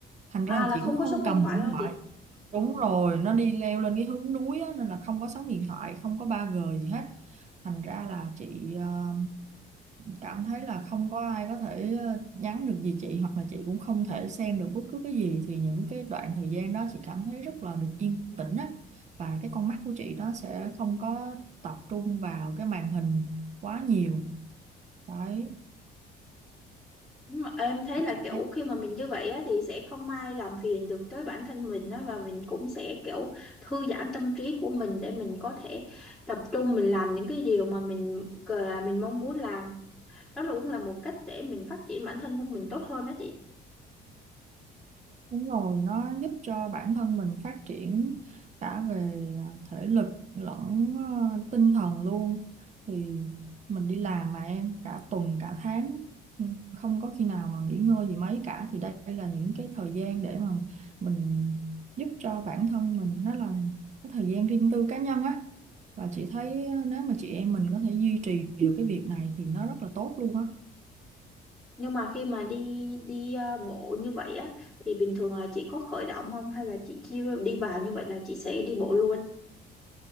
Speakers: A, on the right (about 45°); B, in the centre.
A: thành ra
B: À
A: là
B: là
A: chị
B: không
A: cũng không
B: có sóng
A: cầm
B: điện thoại
A: điện
B: thôi
A: thoại
B: chị. Ờ.
A: Đúng rồi, nó đi leo lên cái hướng núi á, nên là không có sóng điện thoại, không có 3G gì hết. Thành ra là chị ờ, cảm thấy là không có ai có thể ờ, nhắn được gì chị hoặc là chị cũng không thể xem được bất cứ cái gì thì những cái đoạn thời gian đó chị cảm thấy rất là được yên tĩnh á và cái con mắt của chị nó sẽ không có tập trung vào cái màn hình quá nhiều. Đấy,
B: Đúng rồi. Em thấy là
A: chị
B: kiểu khi mà mình như vậy á thì sẽ không ai làm phiền được tới bản thân mình á và mình cũng sẽ kiểu thư giãn tâm trí của mình để mình có thể tập trung mình làm những cái điều mà mình gọi là mình mong muốn làm. Đó là cũng là một cách để mình phát triển bản thân của mình tốt hơn đó chị.
A: Đúng rồi, nó giúp cho bản thân mình phát triển cả về ờ, thể lực lẫn ờ, tinh thần luôn. Thì mình đi làm mà em cả tuần cả tháng ừ, không có khi nào mà nghỉ ngơi gì mấy cả thì đây là những cái thời gian để mà mình giúp cho bản thân mình đó là cái thời gian riêng tư cá nhân á. Và chị thấy ờ, nếu mà chị em mình có thể duy trì được cái việc này thì nó rất là tốt luôn á.
B: Nhưng mà khi mà đi đi ờ, bộ như vậy á thì bình thường là chị có khởi động không hay là chị chỉ đi vào như vậy là chị sẽ đi bộ luôn?